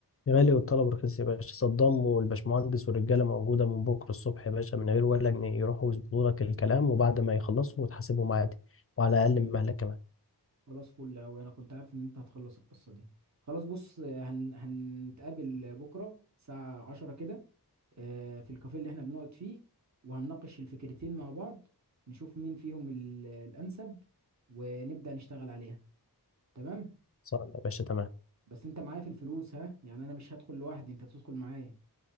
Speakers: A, on the left; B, on the right.
A: غالي والطلب رخيص يا باشا صدام والباشمهندس والرجالة موجودة من بكرة الصبح يا باشا من غير ولا جنيه يروحوا يظبطوا لك الكلام وبعد ما يخلصوا وتحاسبهم عادي وعلى أقل من مهلك كمان
B: خلاص فل اوي انا كنت عارف ان انت هتخلص القصة دي خلاص بص آه، هن... هنتقابل بكرة الساعة عشرة كده آه، في الكافيه اللي احنا بنقعد فيه وهنناقش الفكرتين مع بعض نشوف مين فيهم ال- الأنسب ونبدأ نشتغل عليها تمام
A: صار يا باشا تمام
B: بس انت معايا في الفلوس ها يعني انا مش هدخل لوحدي انت تدخل معايا